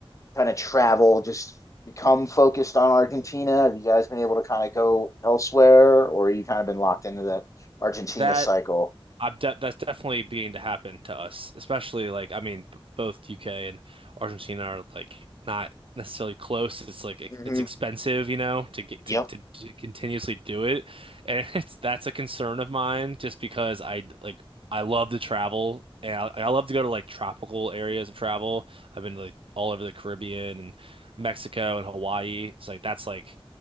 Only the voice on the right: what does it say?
that
I've de that's definitely beginning to happen to us, especially like I mean, b- both UK and Argentina are like not necessarily close. It's like it-
it's expensive, you know, to get
to, to, to continuously do it, and <laughs> it's that's a concern of mine just because I like I love to travel and I, I love to go to like tropical areas of travel. I've been to like all over the Caribbean and Mexico and Hawaii. It's like that's like